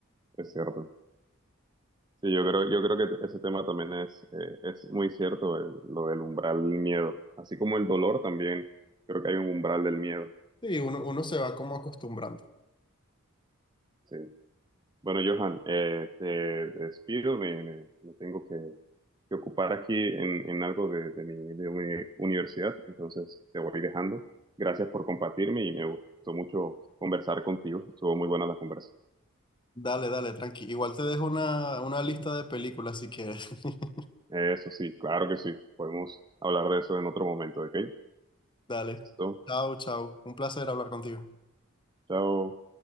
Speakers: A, on the right; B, on the left.
A: es cierto. Sí, yo creo, yo creo que ese tema también es, eh, es muy cierto, el- lo del umbral del miedo, así como el dolor también, creo que hay un umbral del miedo,
B: Sí, uno, uno se va como acostumbrando.
A: sí. Bueno, Johan, eh, te despido, me, me- me tengo que, que ocupar aquí en, en algo de, de mi, de mi universidad, entonces te voy dejando. Gracias por compartirme y me gustó mucho conversar contigo, estuvo muy buena la conversa.
B: Dale, dale, tranqui. Igual te dejo una, una lista de películas si quieres. <laughs>
A: Eso sí, claro que sí, podemos hablar de eso en otro momento, ¿ok?
B: Dale.
A: Listo,
B: Chao, chao. Un placer hablar contigo.
A: chao.